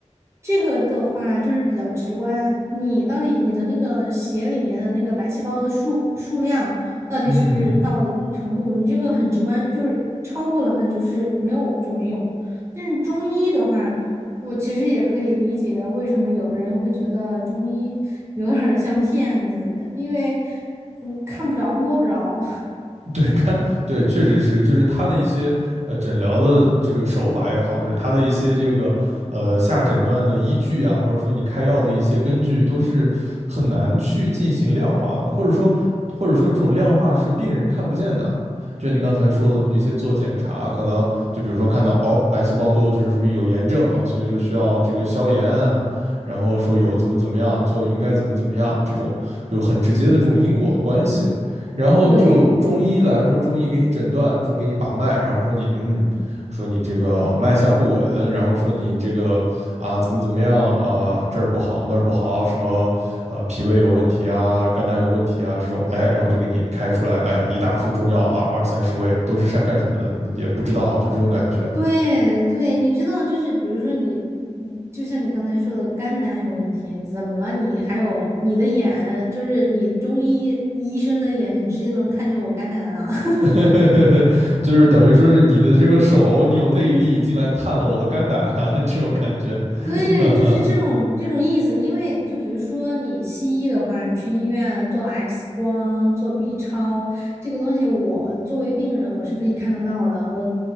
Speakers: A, on the right; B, on the right.
A: 这个的话就是比较直观，你到底你的那个血里面的那个白细胞的数数量。到底是不是到了一定程度，
B: 嗯，
A: 你这个很直观，就是超过了，那就是没有就没有。但是中医的话，我其实也可以理解为什么有的人会觉得中医 <laughs> 有点像骗子，但因为嗯看不着摸不着。
B: <laughs> 对，看，对，确实是，就是他的一些呃诊疗的这个手法也好，就是他的一些这个呃下诊断的依据啊，或者说你开药的一些根据，都是很难去进行量化的，或者说或者说这种量化是病人看不见的。就你刚才说的一些做检查，可能就比如说看到哦白细胞多，就是说明有炎症啊，所以就需要这个消炎啊，然后说有怎么怎么样就应该怎么怎么样，这种有很直接的这种因果的关系。然后就中医来说，
A: <laughs> 对
B: 中医给你诊断，说给你把脉，然后说你嗯，说你这个脉象不稳，然后说你这个啊怎么怎么样啊这儿不好那儿不好，什么呃脾胃有问题啊，肝胆有问题啊这种，哎，然后就给你开出来，哎一大副中药啊二三十味都是干干什么的，你也不知道，就这种感觉，
A: 对对，你知道，就是比如说你，嗯就像你刚才说的肝胆有问题，怎么了你？还有你的眼，就是你中医医生的眼，你直接能看见我肝胆啊？<laughs>
B: <laughs> 就是等于说是你的这个手你有内力进来探了我的肝胆 <laughs> 这种感觉，
A: 对，
B: <laughs>
A: 就是这种这种意思。因为就比如说你西医的话，你去医院做 X 光、做 B 超，这个东西我作为病人我是可以看得到的。我